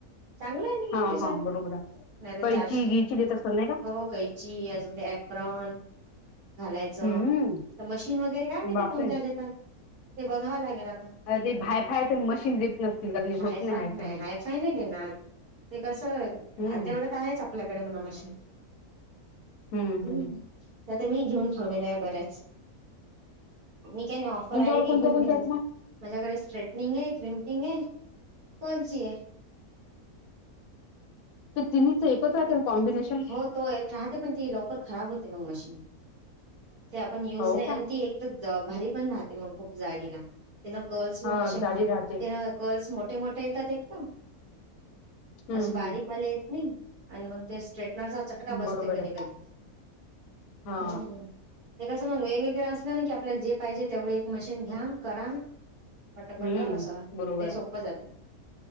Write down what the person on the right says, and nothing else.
चांगलं कि मग
त्याचत
होकयची ते यपरन घालायचं
तर मशीन वगैरे काय नाहीती
कोणत्या देतात ते बघावं लागे ना
हायफाय
नाही
हायफाय नाही देणार. कस आता
एवढं तर आहेच आपल्याकडे म्हणामशी.
म
तर आता मी घेऊन ठेवलेल्या आहे बऱ्याच मी काय नाही ऑफर
आली की
घेऊन
घे त्या
माझ्याकडे स्ट्रेटनिंग आहे क्रिमपिंग आहे. कोणची ये.
हो तो एक राहते पण त लवकर खराब होते मग मशीन ते आपण युज
नाही
ती एक. भारी पण राहते मग खूप जाडीला तेन कर्ल्स मग
असे
कर्ल्स मोठे मोठे येतात एकदम
जस बारीकवाले
येत. नाही आणि मग ते आसा चटका बसते
कधी
कधी
हु ते कसल वेगवे अस ना र की आपल्याला जे पाहिजे तेवढ एक मशीन घ्या करा पटपटा
आसा
ते
सोप जाते